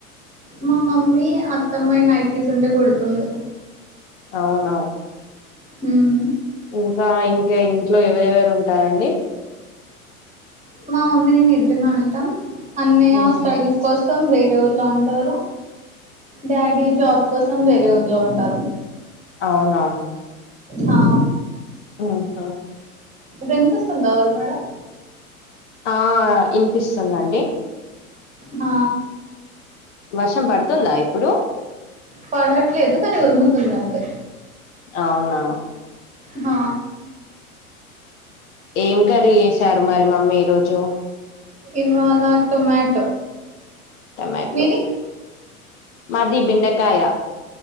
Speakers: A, on the right; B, on the left.
A: మా మమ్మీ అత్తమ్మవి నైటీస్ ఉంటే కుడుతుంది
B: అవునా
A: హ్మ్
B: ఇంకా ఇంకా ఇంట్లో ఎవరెవరు ఉంటారండి
A: మా మమ్మీ నేను ఇద్దరమే ఉంటాము అన్నయ్య
B: మ్మ్
A: స్టడీస్ కోసం వేరే ఊర్లో ఉంటారు డాడీ జాబ్ కోసం వేరే ఊర్లో ఉంటారు
B: అవునా
A: ఆ
B: ఆహా
A: వినిపిస్తుందా అరు మేడం
B: ఆ ఇనిపిస్తుందండి
A: ఆ
B: వర్షం పడుతుందా ఇప్పుడు
A: పడట్లేదు కానీ ఉరుముతుంది అంతే
B: అవునా
A: ఆ
B: ఏం కరి చేేశారు మరి మమ్మీ ఈరోజు
A: ఇవాళ టొమాటో
B: టొమాటో
A: మీది
B: మాది బిండకాయ